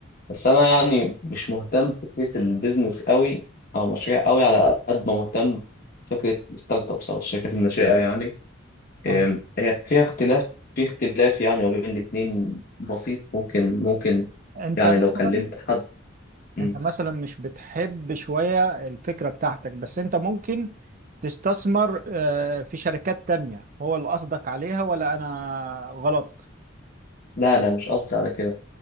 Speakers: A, on the left; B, on the right.
A: بس أنا يعني مش مهتم بفكرة البيزنس قوي أو مشاريع قوي على قد ما مهتم فكرة الستارت أبس أو الشركات الناشئة يعني أم،
B: اه
A: هي فيها اختلاف في اختلاف يعني ما بين الاتنين بسيط ممكن ممكن
B: انت
A: يعني
B: مثلا
A: لو كلمت حد مم.
B: انت مثلا مش بتحب شوية الفكرة بتاعتك بس انت ممكن تستثمر آه، في شركات تانية هو اللي قصدك عليها ولا انا غلط؟
A: لا لا مش قصدي على كده